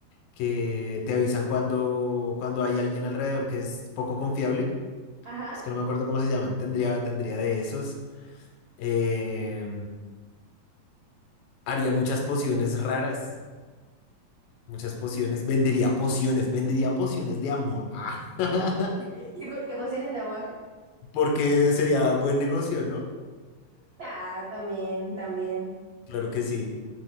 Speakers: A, on the left; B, on the right.
A: que te avisan cuando, cuando hay alguien alrededor que es poco confiable.
B: Ajá.
A: Es que no me acuerdo cómo se llaman. Tendría, tendría de esos. Eh, haría muchas pociones raras. Muchas pociones. Vendería pociones. Vendería pociones de amor. Ah. <laughs>
B: <laughs> ¿Y por qué pociones de amor? <laughs>
A: Porque sería buen negocio, ¿no?
B: Ah, también, también.
A: Claro que sí.